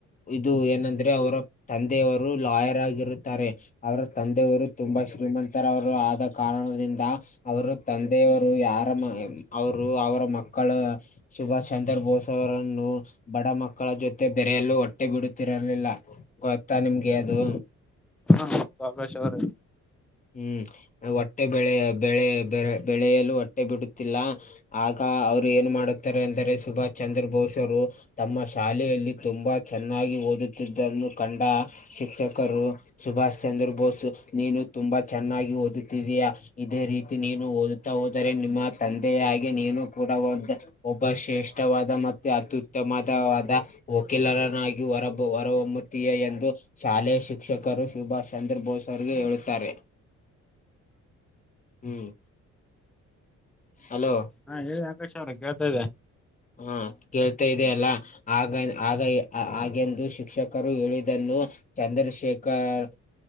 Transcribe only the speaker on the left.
ಇದು ಏನಂದ್ರೆ ಅವರ. ತಂದೆಯವರು ಲಾಯರ್ ಆಗಿರುತ್ತಾರೆ. ಅವರ ತಂದೆಯವರು ತುಂಬಾ ಶ್ರೀಮಂತರವರು ಆದ ಕಾರಣದಿಂದ. ಅವರು ತಂದೆಯವರು ಯಾರಮ ಅವರು ಅವರ ಮಕ್ಕಳ. ಸುಭಾಷ್ ಚಂದ್ರ ಬೋಸ್ ಅವರನ್ನು. ಬಡ ಮಕ್ಕಳ ಜೊತೆ ಬೆರೆಯಲ್ಲೂ ಒಟ್ಟೆ ಬಿಡುತ್ತಿರಲಿಲ್ಲ. ಗೊತ್ತಾ ನಿಮ್ಗೆ ಅದು.
ಹ್ಮ್ ಒಟ್ಟೆ ಬೆಳೆ ಬೆಳೆ ಬೆ ಬೆಳೆಯಲು ಒಟ್ಟೆ ಬಿಡುತ್ತಿಲ್ಲ. ಆಗ ಅವ್ರು ಏನು ಮಾಡುತ್ತಾರೆ ಅಂದರೆ ಸುಭಾಷ್ ಚಂದ್ರ ಬೋಸ್ ಅವರು ತಮ್ಮ ಶಾಲೆಯಲ್ಲಿ. ತುಂಬಾ ಚೆನ್ನಾಗಿ ಓದುತ್ತಿದ್ದನ್ನು. ಕಂಡ ಶಿಕ್ಷಕರು ಸುಭಾಷ್ ಚಂದ್ರ ಬೋಸ್ ನೀನು ತುಂಬಾ ಚೆನ್ನಾಗಿ ಓದ ತಿದಿಯ ಇದೇ ರೀತಿ ನೀನು ಓದುತ್ತಾ ಹೋದರೆ ನಿಮ್ಮ ತಂದೆಯಾಗೆ ನೀನು ಕೂಡ ಒಂದು ಒಬ್ಬ ಶ್ರೇಷ್ಠವಾದ ಮತ್ತೆ ಅತ್ಯುತ್ತಮ ತವಾದ ವಕೀಲರನ್ನಾಗಿರ ಹೊರಬ ಹೊರ ಹೊಮ್ಮು ತಿಯ ಎಂದು ಶಾಲೆಯ ಶಿಕ್ಷಕರು ಸುಭಾಷ್ ಚಂದ್ರ ಬೋಸ್ ಅರ್ರಿಗೆ ಹೇಳುತ್ತಾರೆ ಹ್ಮ್ <inaudible> ಅಲೋ
ಹ ಕೇಳ್ತಾ ಇದೆ ಅಲ್ಲ ಆಗ ಆಗ ಹಾಗೆಂದು ಶಿಕ್ಷಕರು ಹೇಳಿದನ್ನು ಚಂದ್ರಶೇಖರ್